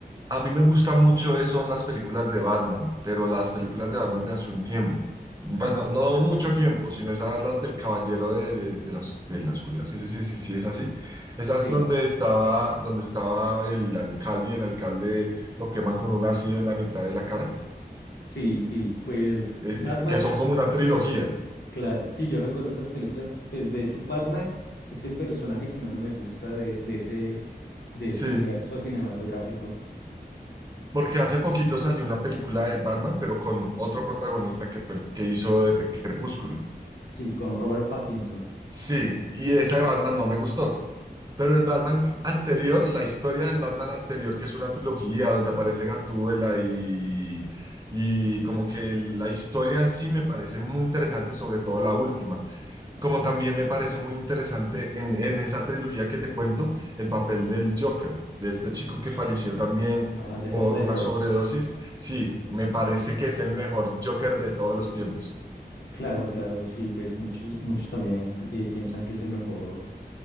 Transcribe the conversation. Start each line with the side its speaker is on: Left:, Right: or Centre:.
Right: A mí me gusta mucho eso en las películas de Batman, pero las películas de Batman de hace un tiempo. Pues no, no mucho tiempo, sino esas las del Caballero de, de- la, os- de la Oscuridad. Sí, sí, sí, sí, sí, es así. Esas
Left: Sí,
Right: donde estaba, donde estaba el alcalde y el alcalde lo queman con un ácido en la mitad de la cara,
Left: sí, sí. Pues
Right: eh,
Left: Batman,
Right: que son como una trilogía.
Left: claro, sí, yo recuerdo esas películas. Pues de hecho, Batman es el personaje que menos me gusta de, de ese, de
Right: Sí,
Left: ese universo cinematográfico.
Right: porque hace poquito salió una película de Batman, pero con otro protagonista que fue el que hizo de Pe- Crepúsculo.
Left: Sí, con Robert Pattinson,
Right: Sí, y esa de Batman no me gustó. Pero el Batman anterior, la historia del Batman anterior, que es una trilogía donde aparece Gatúbela y, y como que la historia en sí me parece muy interesante, sobre todo la última. Como también me parece muy interesante en, en esa trilogía que te cuento, el papel del Joker, de este chico que falleció también
Left: ah, de
Right: por
Left: Heath Ledger.
Right: una sobredosis. Sí, me parece que es el mejor Joker de todos los tiempos.
Left: Claro, claro, sí, pues muchos, muchos también eh, piensan que es el mejor